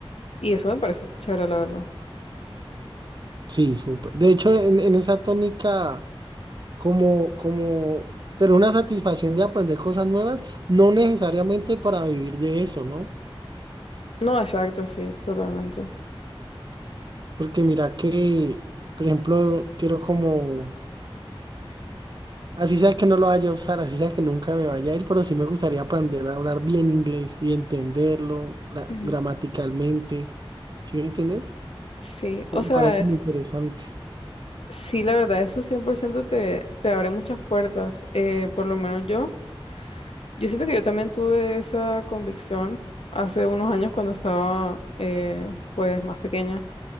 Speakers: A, on the left; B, on the right.
A: Y eso me parece chévere, la verdad.
B: Sí, súper. De hecho, en, en esa tónica, como, como, pero una satisfacción de aprender cosas nuevas, no necesariamente para vivir de eso, ¿no?
A: No, exacto, sí, totalmente.
B: Porque mira que, por ejemplo, quiero como Así sea que no lo vaya a usar, así sea que nunca me vaya a ir, pero sí me gustaría aprender a hablar bien inglés y entenderlo la-
A: Ujú.
B: gramaticalmente. ¿Sí me entendés?
A: Sí, o
B: Me
A: sea,
B: Parece
A: es-
B: muy interesante.
A: sí, la verdad, eso 100% te, te abre muchas puertas. eh, por lo menos yo, yo siento que yo también tuve esa convicción hace unos años cuando estaba eh, pues más pequeña